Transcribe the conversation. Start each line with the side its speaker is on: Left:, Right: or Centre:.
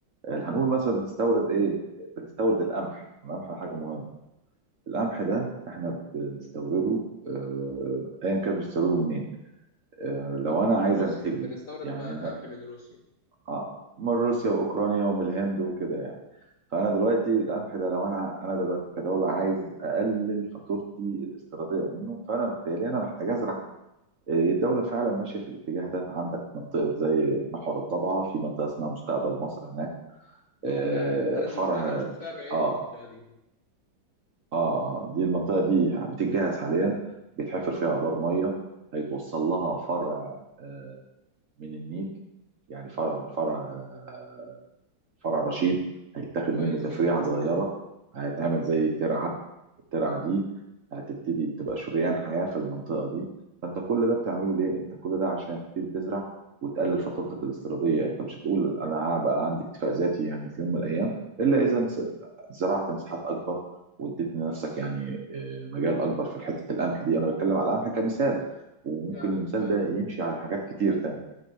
Right: آه، هنقول مثلا بنستورد ايه؟ بنستورد القمح القمح حاجه مهمه القمح ده احنا بنستورده آه، ايا كان بنستورده منين آه، لو انا
Left: من
Right: عايز
Left: روسيا
Right: انتجه
Left: بنستورد
Right: يعني
Left: ما
Right: أنا-
Left: قمح من روسيا
Right: آه، من روسيا واوكرانيا ومن الهند وكده يعني فانا دلوقتي القمح ده لو انا انا دلوقتي كدوله عايز اقلل فاتورتي الاستيراديه منه فانا بالتالي انا محتاج ازرع آه، الدوله فعلا ماشيه في الاتجاه ده عندك منطقه زي محور الضبعه في منطقه اسمها مستقبل مصر هناك
Left: اه
Right: آه،
Left: فعلا انا
Right: فرع
Left: شفتها انا شفتها بعيني
Right: اه
Left: المنطقة دي
Right: اه دي المنطقه دي بتتجهز حاليا بيتحفر فيها ابار ميه هيتوصل لها فرع آه، من النيل يعني فرع من فرع آه، فرع رشيد هيتاخد
Left: كويس
Right: منه تفريعه
Left: جدا
Right: صغيره هيتعمل زي ترعه الترعه دي هتبتدي تبقى شريان حياه في المنطقه دي فانت كل ده بتعمله ليه؟ انت كل ده عشان تبتدي تزرع وتقلل فاتورتك الاستيراديه انت مش هتقول انا هبقى عندي اكتفاء ذاتي يعني في يوم من الايام الا اذا مس- زرعت مساحات اكبر واديت لنفسك يعني آه، مجال اكبر في حته القمح دي انا بتكلم على القمح كمثال وممكن
Left: فعلا
Right: المثال
Left: فعلا
Right: ده يمشي على حاجات كتير تانية